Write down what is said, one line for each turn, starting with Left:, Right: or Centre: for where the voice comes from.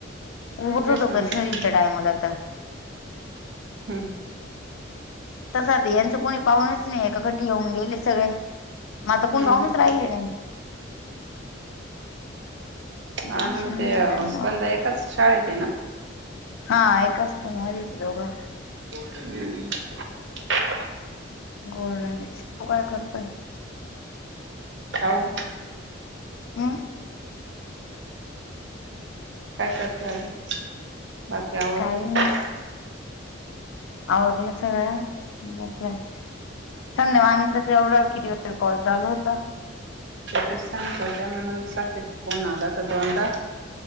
Left: उभत
Right: तेच
Left: होतो
Right: ना
Left: कश्रीच्या
Right: हम्म
Left: टायमाला तर
Right: हम्
Left: तर साध यांचं कोणी पाहुणेच नाही एका कटी येऊन गेले सगळे मग आता कोणी
Right: हम्म
Left: पाहुूनच राहिले नाही टेन्शन
Right: आणि म्हून ते
Left: नाही पक्षांना
Right: स्पंद एकाच शाळेत आहे ना
Left: हा एककाच पण मारी ते दोघं
Right: <inaudible> <unintelligible>
Left: गोल्डन ए तू काय करतोय
Right: हऊ
Left: हम!
Right: काय करते अजून बाकी आवरालासा
Left: काही नाही
Right: -
Left: आवरलं सगळं बलं सं आमच - एवढा किती व कॉल चालू होता.
Right: ते सांगत होते म्हणे साक्षी चा फोन आला त दोनदा -